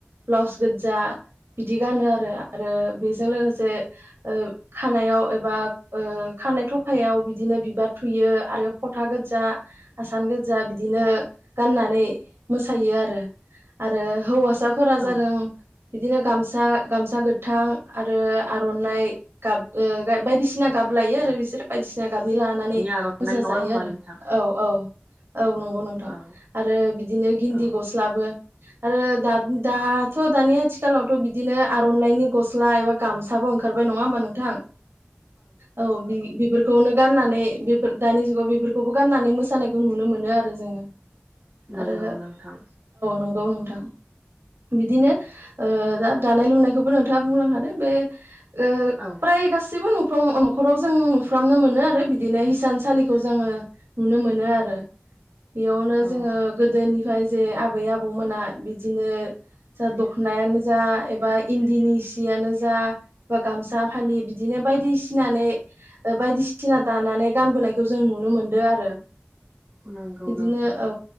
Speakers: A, on the right (about 80°); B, on the right (about 35°).
A: ब्लाउस गोजा। बिदि गानो आरो आरो बेजों लोगोसे खानायाव एबा खानाय खफायाव बिदिनो बिबार थुयो आरो फोथा गोजा। आसान गोजा बिदिनो गाननानै मोसायो आरो आरो हौवा साफोरा जादों
B: औ
A: बिदिनो गामसा गामसा गोथां आरो आर'नाइ गाब बायदिसिना गाब लायो आरो बिसोर बायदिसिना गाबनि लानानै
B: आर'नाइ
A: मोसा
B: नङा
A: जायो
B: होमबा
A: आरो
B: नोंथां
A: औ औ औ नंगौ नोंथां
B: औ
A: आरो बिदिनो गिन्दि
B: औ
A: गस्लाबो आरो दाथ' दानि आथिखालावथ' बिदिनो आर'नाइनि गस्ला एबा गामसा बो ओंखारबाय नङा होमबा नोंथां। औ बेफोरखौनो गाननानै बे दानि जुगाव बेफोरखौ बेखौबो गाननानै मोसानायखौ नुनो मोनो आरो जोङो।
B: नोंगौ
A: आरो
B: नोंथां।
A: नंगौ औ, नोंथां बिदिनो ओ, दा दानाय लुनायखौबो नोंथाङा बुंलांखादों बे ओ,
B: औ
A: फ्राय गासिबो नु फ्रम न'खराव जों नुफ्रामनो मोनो आरो बिदिनो हिसानसालिखौ जोङो नुनो मोनो आरो बेयावनो
B: औ
A: जोङो गोदोनि ओमफ्राय जे आबै आबौमोना बिदिनो जा दखनायानो जा एबा इन्दिनि सियानो जा बा गामसा फालि बिदिनो बायदिसि बायदिसिना दानानै गानबोनायखौ जों नुनो मोनदों आरो
B: नंगौ
A: बिदिनो
B: नोंथां।
A: औ